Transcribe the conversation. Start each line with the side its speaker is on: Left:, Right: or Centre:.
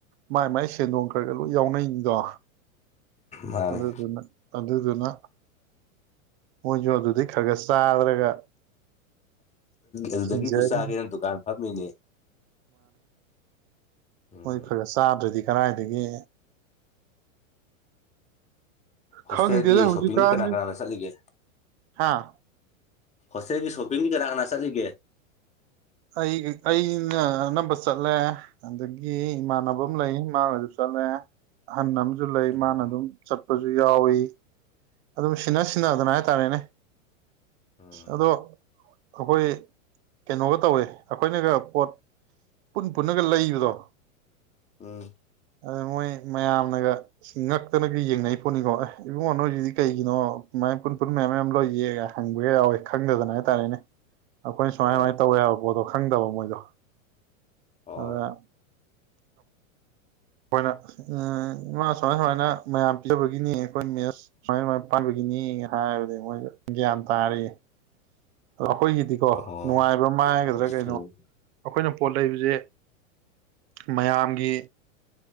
Right: ꯃꯥꯏ ꯃꯥꯏ ꯁꯦꯟꯗꯣꯡ ꯈꯔꯒ ꯂꯣꯏ ꯌꯥꯎꯅꯩ ꯗ
Left: ꯃꯥꯅꯦ
Right: ꯑꯗꯨꯗꯨꯅ ꯑꯗꯨꯗꯨꯅ ꯃꯣꯏꯁꯨ ꯑꯗꯨꯗꯤ ꯈꯔ ꯈꯔ ꯆꯥꯗ꯭ꯔꯦ
Left: ꯑꯗꯨꯗꯒꯤꯕꯨ
Right: ꯍꯤꯡꯖꯔꯤ
Left: ꯆꯥꯒꯦ ꯅꯪ ꯗꯨꯀꯥꯟ ꯐꯝꯃꯤꯅꯦ ꯎꯝ
Right: ꯍꯣꯏ ꯐꯔꯦ ꯆꯥꯗ꯭ꯔꯗꯤ ꯀꯔꯥꯏꯗꯒꯤ
Left: ꯍꯣꯁꯇꯦꯜꯒꯤ
Right: ꯈꯪꯗꯦꯗ ꯍꯧꯖꯤꯛꯀꯥꯟꯁꯦ
Left: ꯁꯣꯞꯄꯤꯡꯅꯤ ꯀꯅꯥ ꯀꯅꯥꯅ ꯆꯠꯂꯤꯒꯦ
Right: ꯍꯥ
Left: ꯍꯣꯁꯇꯦꯜꯒꯤ ꯁꯣꯞꯄꯤꯡꯒꯤ ꯀꯅꯥ ꯍꯥꯟꯅ ꯆꯠꯂꯤꯒꯦ
Right: ꯑꯩ ꯑꯩꯅ ꯑꯅꯝꯕ ꯆꯠꯂꯦ ꯑꯗꯒꯤ ꯒꯤ ꯏꯃꯥꯟꯅꯕ ꯑꯃ ꯂꯩ ꯃꯥꯡꯅꯗꯁꯨ ꯆꯂꯦ ꯍꯟꯅꯝ ꯁꯨ ꯂꯩ
Left: ꯑꯣ
Right: ꯃꯥꯅ ꯑꯗꯨꯝ ꯆꯠ ꯨ ꯌꯥꯎꯏꯤ ꯑꯗꯨꯝ ꯁꯤꯟꯅ ꯁꯤꯟꯅꯗꯅ ꯍꯥꯏꯇꯥꯔꯦꯅꯦ
Left: ꯎꯝ
Right: ꯑꯗꯣ ꯑꯩꯈꯣꯏ ꯀꯩꯅꯣꯒ ꯇꯧꯋꯦ ꯑꯩꯈꯣꯏꯅꯒ ꯄꯣꯠ ꯄꯨꯟ ꯄꯨꯟꯅꯒ ꯂꯩꯕꯗꯣ
Left: ꯎꯝ
Right: ꯑꯗ ꯃꯣꯏ ꯃꯌꯥꯝꯅꯒ ꯉꯛꯇꯅꯒ ꯌꯦꯡꯅꯩ ꯄꯣꯠꯅꯤꯀꯣ ꯑꯦ ꯏꯕꯨꯡꯉꯣꯅ ꯍꯧꯖꯤꯛꯗꯤ ꯀꯩꯒꯤꯅꯣꯃꯥꯏ ꯄꯨꯟ ꯄꯨꯨꯟ ꯃꯌꯥꯝ ꯃꯌꯥꯝ ꯂꯧ ꯌꯦꯒ ꯍꯪꯕꯒ ꯌꯥꯎꯋꯦ ꯈꯪꯗꯗꯅ ꯍꯥꯏꯇꯥꯔꯦꯅꯦ ꯑꯩꯈꯣꯏ ꯁꯨꯃꯥꯏ
Left: ꯑꯥ
Right: ꯁꯃꯥꯏ ꯇꯧꯋꯦ ꯍꯥꯏꯕ ꯄꯣꯠꯇꯣ ꯈꯪꯗꯕ ꯃꯣꯏꯗꯣ
Left: ꯑꯣ
Right: ꯑꯗꯨ ꯑ ꯑꯩꯈꯣꯏꯅ ꯃꯥꯃ ꯁꯨꯃꯥꯏ ꯁꯨꯃꯥꯏꯅ ꯃꯌꯥꯝ ꯄꯤꯖꯕꯒꯤꯅꯤ ꯑꯩꯈꯣꯏ ꯃꯦꯠꯁ ꯁꯨꯃꯥꯏ ꯁꯨꯃꯥꯏꯅ ꯄꯥꯏꯒꯤꯅꯤ ꯍꯥꯏꯔꯕꯗꯤ ꯃꯣꯏꯁꯨ ꯒ꯭ꯌꯥꯟ ꯇꯥꯔꯛ ꯑꯗꯣ ꯑꯩꯈꯣꯏꯒꯤꯗꯤꯀꯣ
Left: ꯑꯣ
Right: ꯅꯨꯡꯉꯥꯏꯕ ꯃꯥꯏꯒꯗ꯭ꯔꯥ ꯀꯩꯅꯣ
Left: ꯎꯝ
Right: ꯑꯩꯈꯣꯏꯅ ꯄꯣꯠ ꯂꯩꯕꯁꯦ ꯃꯌꯥꯝꯒꯤ